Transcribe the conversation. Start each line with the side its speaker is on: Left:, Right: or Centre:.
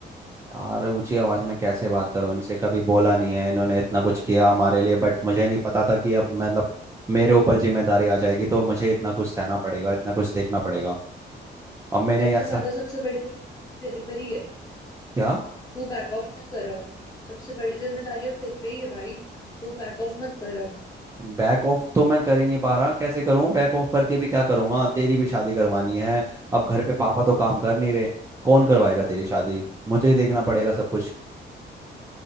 Right: यार ऊंची आवाज में कैसे बात करूं इनसे कभी बोला नहीं है इन्होंने इतना कुछ किया हमारे लिए बट मुझे नहीं पता था कि अब मतलब मेरे ऊपर जिम्मेदारी आ जाएगी तो मुझे इतना कुछ सहना पड़ेगा इतना कुछ देखना पड़ेगा अब मैंने
Left: सबसे
Right: ऐसा
Left: ज्यादा सबसे बड़ी जिम्मेदारी तेरे पर ही है
Right: क्या
Left: तू बैक ऑफ मत कर अब सबसे बड़ी जिम्मेदारी अब तेरे पे ही है भाई तू बैक ऑफ मत कर अब
Right: बैक ऑफ तो मैं कर ही नहीं पा रहा कैसे करूं बैक ऑफ करके भी क्या करूंगा तेरी भी शादी करवानी है अब घर पे पापा तो काम कर नहीं रहे कौन करवाएगा तेरी शादी मुझे ही देखना पड़ेगा सब कुछ